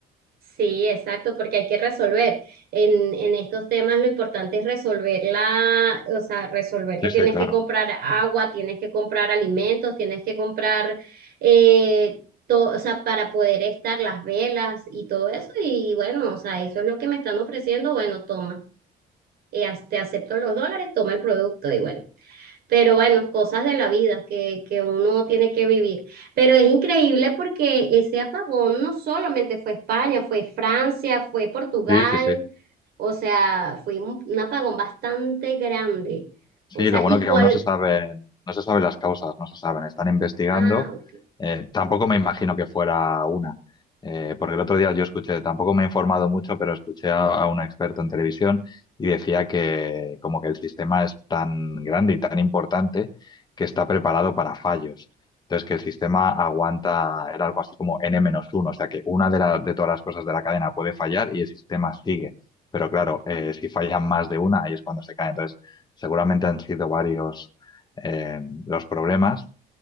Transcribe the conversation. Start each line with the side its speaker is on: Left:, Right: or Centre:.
Right: sí, exacto, porque hay que resolver. En, en estos temas lo importante es resolver la, o sea, resolver que
Left: Sí,
Right: tienes
Left: sí,
Right: que
Left: claro.
Right: comprar agua, tienes que comprar alimentos, tienes que comprar, eh, to- o sea, para poder estar las velas y todo eso. Y bueno, o sea, eso es lo que me están ofreciendo, bueno, toma. y as- te acepto los dólares, toma el producto y bueno. Pero bueno, cosas de la vida que, que uno tiene que vivir. Pero es increíble porque ese apagón no solamente fue España, fue Francia, fue Portugal,
Left: Sí, sí, sí.
Right: o sea, fue un, un apagón bastante grande.
Left: Sí,
Right: O sea,
Left: lo bueno
Right: ¿y
Left: que
Right: cuál?
Left: aún no se saben, no se saben las causas, no se saben, están investigando.
Right: Ah, ok,
Left: Eh, tampoco me imagino que fuera una, eh, porque el otro día yo escuché, tampoco me he informado mucho, pero escuché a, a un experto en televisión y decía que como que el sistema es tan grande y tan importante que está preparado para fallos. Entonces, que el sistema aguanta, era algo así como n uno, o sea que una de, la- de todas las cosas de la cadena puede fallar y el sistema sigue. Pero claro, eh, si fallan más de una, ahí es cuando se cae. Entonces, Seguramente han sido varios eh, los problemas